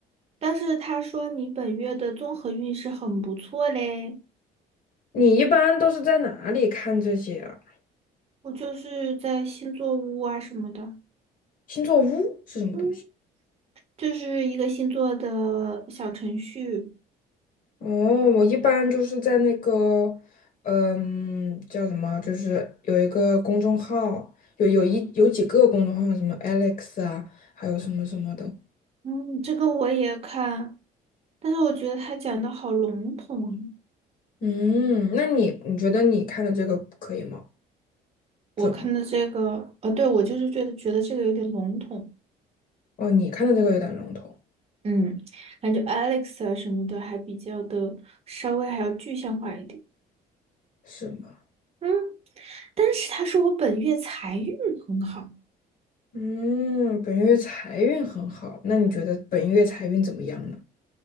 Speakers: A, on the right; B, on the left.
A: 但是他说你本月的综合运势很不错嘞。
B: 你一般都是在哪里看这些啊？
A: 我就是在星座屋啊什么的，
B: 星座屋是什么东西？
A: 嗯，就是一个星座的小程序，
B: 哦，我一般就是在那个，嗯，叫什么，就是有一个公众号，有有一有几个公众号，什么 Alex 啊，还有什么什么的。
A: 嗯，这个我也看，但是我觉得他讲的好笼统啊。
B: 嗯，那你你觉得你看的这个可以吗？
A: 我看的这个，
B: 准吗？
A: 呃，对，我就是觉得觉得这个有点笼统，
B: 哦，你看的这个有点笼统，
A: 嗯，感觉 Alex 啊什么的还比较的稍微还要具象化一点。
B: 是吗？
A: 嗯，但是他说我本月财运很好，
B: 嗯，本月财运很好，那你觉得本月财运怎么样呢？